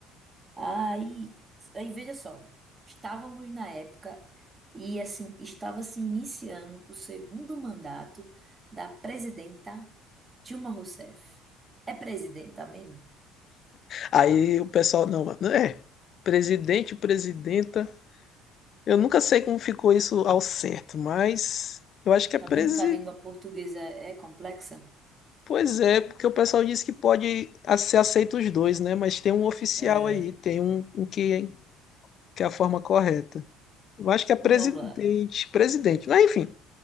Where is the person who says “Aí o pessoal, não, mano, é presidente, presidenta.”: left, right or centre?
Left